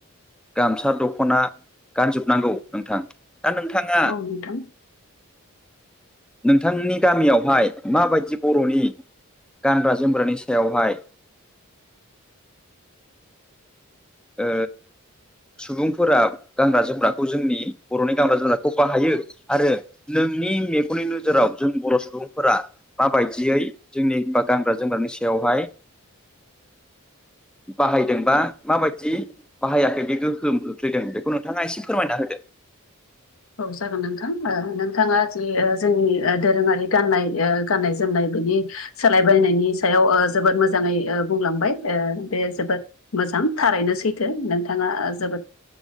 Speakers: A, in the centre; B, on the left (about 70°).
A: गामसा दख'ना गानजोबनांगौ नोंथां। दा नोंथाङा,
B: औ नोंथां
A: नोंथांनि गामियावहाय माबायदि बर'नि गानग्रा जोमग्रानि सायावहाय ओ, सुबुंफोरा गानग्रा जोमग्राखौ जोंनि बर'नि गानग्रा जोमग्राखौ बाहायो आरो नोंनि जोंनि मेगननि नोजोराव जों बर' सुबुंफोरा माबायदियै जोंनि बा गानग्रा जोमग्रानि सायाव खौहाय
B: <inaudible>
A: बाहायदोंबा माबायदि जि बाहायाखै बे गोहोम खोख्लैदों बेखौ नोंथाङा एसे फोरमायना होदो
B: औ जागोन नोंथां ओ नोंथाङा जि जोंनि ओ दोरोङारि गाननाय ओ गाननाय जोमनाय बिनि सोलायबायनायनि सायाव ओ जोबोद मोजां नै ओ बुंलांबाय ओ बे जोबोद मोजां थारैनो सैथो नोंथाङा जोबोद